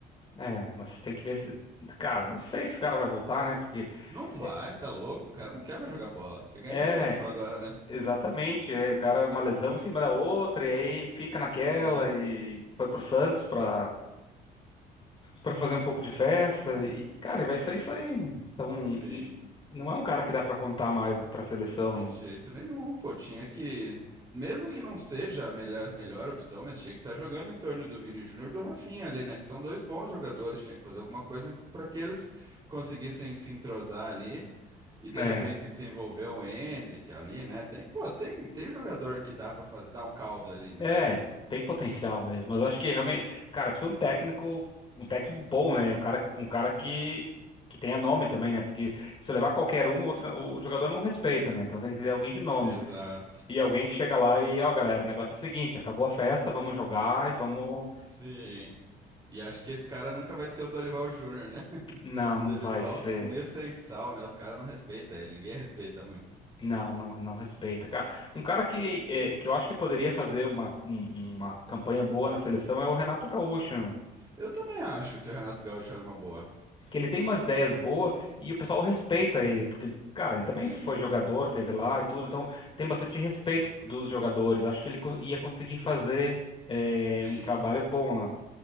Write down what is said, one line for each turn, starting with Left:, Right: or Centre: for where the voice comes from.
Left: É, mas tem que ver se, cara, não sei se o cara vai voltar, né? Porque
Right: Não vai,
Left: é,
Right: tá louco? O cara não quer mais jogar bola, quer ganhar
Left: é
Right: dinheiro só agora, né?
Left: Exatamente, é, o cara uma lesão em cima da outra e aí fica
Right: Sim,
Left: naquela e foi pro Santos pra, pra fazer um pouco de festa e cara, e vai ser isso aí. Então, n-
Right: sim.
Left: não é um cara que dá pra contar mais pra seleção,
Right: De
Left: né?
Right: jeito nenhum, pô. Tinha que, mesmo que não seja a melhor, melhor opção, mas tinha que estar jogando em torno do Vini Júnior e do Rafinha ali, né? Que são dois bons jogadores. Tinha que fazer alguma coisa para que eles conseguissem se entrosar ali e
Left: É,
Right: de repente desenvolver um Endrick ali, né? Tem, pô, tem, tem jogador que dá para fazer, dar um caldo ali, né?
Left: é,
Right: Mas...
Left: tem potencial mesmo, mas eu acho que realmente, cara, precisa um técnico, um técnico bom, né? Um cara, um cara que que tenha nome também, né? Porque se eu levar qualquer um, outro, o jogador não respeita, né? Então tem que ter alguém de nome.
Right: Exato.
Left: E alguém chega lá e, ó, galera, o negócio é o seguinte, acabou a festa, vamos jogar e vamos.
Right: Sim. E acho que esse cara nunca vai ser o Dorival Júnior, né? <laughs>
Left: Não, não
Right: Dorival
Left: vai ser.
Right: meio sem sal, né? Os caras não respeitam ele, ninguém respeita muito.
Left: Não, não, não respeita. Cara, um cara que, eh, que eu acho que poderia fazer uma, um- uma campanha boa na seleção é o Renato Gaúcho, né?
Right: Eu também acho que o Renato Gaúcho era uma boa.
Left: Que ele tem umas ideias boas e o pessoal respeita ele, porque, cara, ele também
Right: Sim,
Left: foi jogador, teve lá e tudo, então tem bastante respeito dos jogadores. Acho que ele co- ia conseguir fazer, eh,
Right: sim,
Left: um trabalho bom lá.